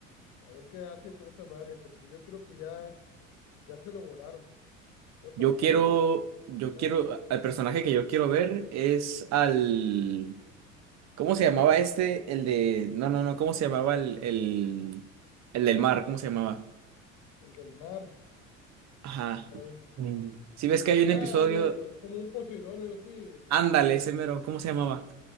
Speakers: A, on the left (about 55°); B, on the right (about 45°).
A: A ver qué hacen con esa madre, porque yo creo que ya, ya se lo volaron. Otra
B: Yo quiero,
A: cosa,
B: yo
A: a
B: quiero,
A: ver,
B: al personaje que yo quiero ver es al... ¿Cómo se
A: al
B: llamaba
A: Birdman,
B: este? El de. No, no, no. ¿Cómo se llamaba el, el, el del mar? ¿Cómo se llamaba?
A: el del mar.
B: Ajá.
A: Ah, caray.
B: Mm. Si ves que hay un
A: Ah,
B: episodio.
A: el- el co- como un Poseidón, o algo así. el-
B: Ándale, ese mero. ¿Cómo se llamaba?
A: <laughs>